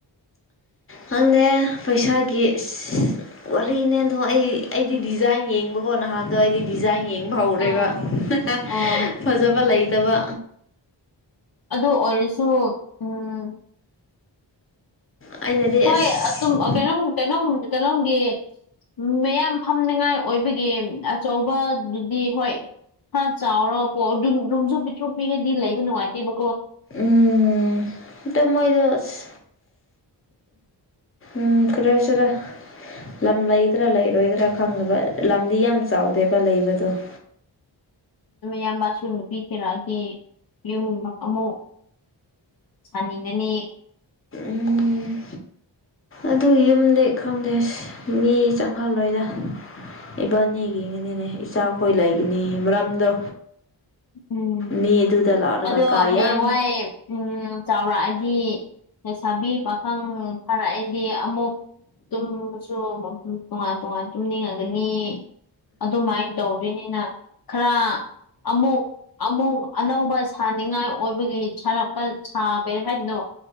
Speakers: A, on the left (about 30°); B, on the left (about 55°).
A: ꯈꯪꯗꯦ ꯄꯩꯁꯥꯒꯤ ꯑꯁ ꯋꯥꯔꯤꯅꯦ ꯑꯗꯣ ꯑꯩ ꯑꯩꯗꯤ ꯗꯤꯖꯥꯏꯟ ꯌꯦꯡꯕ ꯍꯣ ꯅꯍꯥꯟꯗ ꯑꯩꯗꯤ ꯗꯤꯖꯥꯏꯟ ꯌꯦꯡꯕ ꯍꯧꯔꯦꯕ
B: ꯑꯥ
A: ꯍ ꯍ
B: ꯑꯥ
A: ꯐꯖꯕ ꯂꯩꯇꯕ
B: ꯑꯗꯣ ꯑꯣꯏꯔꯁꯨ ꯎꯝ
A: ꯑꯩꯅꯗꯤ
B: ꯍꯣꯏ
A: ꯑꯁ
B: ꯑꯗꯨꯝ ꯀꯩꯅꯣꯝ ꯀꯩꯅꯣꯝ ꯀꯩꯅꯣꯝꯒꯤ ꯃꯌꯥꯝ ꯐꯝꯅꯤꯉꯥꯏ ꯑꯣꯏꯕꯒꯤ ꯑꯆꯧꯕꯗꯨꯗꯤ ꯍꯣꯏ ꯈ ꯆꯥꯎꯔꯒꯀꯣ ꯔꯨꯝ ꯔꯨꯝꯁꯨ ꯄꯤꯇ꯭ꯔꯨꯛ ꯄꯤꯛ ꯑꯗꯤ ꯂꯩꯕ ꯅꯨꯡꯉꯥꯏꯇꯦꯕ
A: ꯎꯝ ꯇ ꯃꯣꯏꯗꯣ ꯑꯁ ꯎꯝ ꯀ꯭ꯔꯦꯁꯗ ꯂꯝ ꯂꯩꯗ꯭ꯔꯥ ꯂꯩꯔꯣꯏꯗ꯭ꯔꯥ ꯈꯪꯅꯕ ꯂꯝꯗꯤ ꯌꯥꯝ ꯆꯥꯎꯗꯦꯕ ꯂꯩꯕꯗꯣ <unintelligible>
B: ꯌꯥꯝꯕꯁꯨꯨꯝ ꯄꯤꯁꯤꯔꯛꯑꯗꯤ ꯌꯨꯝ ꯑꯃꯨꯛ ꯁꯥꯅꯤꯡꯉꯅꯤ
A: ꯎꯝ ꯑꯗꯨ ꯌꯨꯝꯗꯤ ꯈꯪꯗꯦ ꯃꯤ ꯆꯪꯍꯜꯂꯣꯏꯗ ꯏꯕꯥꯅꯤꯒꯤꯒꯅꯤꯅꯦ ꯏꯆꯥꯈꯣꯏ ꯂꯩꯒꯅꯤ ꯃꯔꯝꯗꯣ
B: ꯎꯝ
A: ꯃꯤ ꯑꯗꯨꯗ ꯂꯥꯛꯂꯒ
B: ꯑꯗꯣ
A: ꯀꯥ
B: ꯍꯌꯦꯡꯋꯥꯏ
A: ꯌꯥꯝ
B: ꯎꯝ ꯆꯥꯎꯔꯛꯑꯗꯤ ꯂꯩꯁꯥꯕꯤ ꯄꯥꯈꯪ ꯐꯥꯔꯛꯑꯗꯤ ꯑꯃꯨꯛ ꯇꯨꯝꯕꯁꯨ ꯇꯣꯉꯥꯟ ꯇꯣꯉꯥꯟ ꯇꯨꯝꯅꯤꯡꯉꯒꯅꯤ ꯑꯗꯨꯃꯥꯏꯅ ꯇꯧꯗꯣꯏꯅꯤꯅ ꯈꯔ ꯑꯃꯨꯛ ꯑꯃꯨꯛ ꯑꯅꯧꯕ ꯁꯥꯅꯤꯡꯉꯥꯏ ꯑꯣꯏꯕꯒꯤ ꯁꯥꯔꯛꯄ ꯁꯥ ꯀꯔꯤ ꯍꯥꯏꯗꯅꯣ